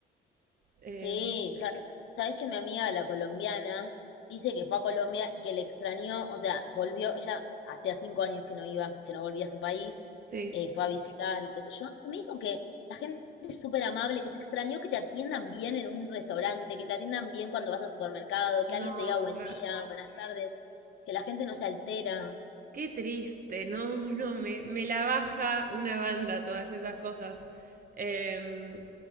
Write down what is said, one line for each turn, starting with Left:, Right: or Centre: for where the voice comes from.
Right: Eh,
Left: Sí, sa- sabes que mi amiga, la colombiana, dice que fue a Colombia, que le extrañó, o sea, volvió, ella hacía cinco años que no iba, a su- que no volvía a su país,
Right: sí.
Left: eh, fue a visitar y qué sé yo, y me dijo que la gente es súper amable, que se extrañó que te atiendan bien en un restaurante, que te atiendan bien cuando vas al supermercado,
Right: No,
Left: que alguien te diga buen
Right: claro.
Left: día, buenas tardes, que la gente no se altera.
Right: Qué triste, no, <laughs> no, me, me la baja una banda todas esas cosas. Em,